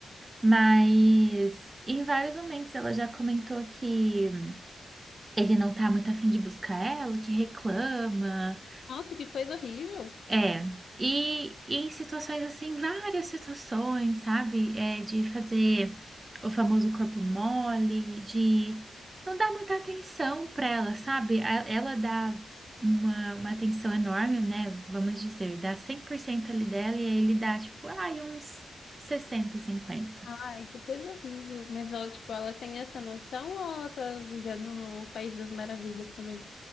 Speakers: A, on the right; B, on the left.
A: mas em vários momentos ela já comentou que ele não tá muito afim de buscar ela, que reclama.
B: Nossa, que coisa horrível!
A: É, e, e em situações assim, várias situações, sabe? É, de fazer o famoso corpo mole, de não dar muita atenção para ela, sabe? A- Ela dá uma, uma atenção enorme, né? Vamos dizer, dá 100% ali dela e aí ele dá, tipo, ai, uns 60 50.
B: Ai, que coisa horrível. Mas ela, tipo, ela tem essa noção ou ela tá vivendo no País das Maravilhas também?